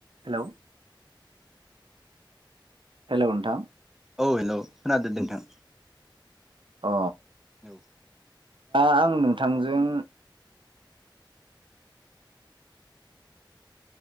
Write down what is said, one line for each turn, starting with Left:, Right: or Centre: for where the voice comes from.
Right: हेल' हेल' नोंथां।
Centre: औ हेलौ खोनादों दे नोंथां।
Right: अ।
Centre: औ।
Right: ओ आं नोंथांजों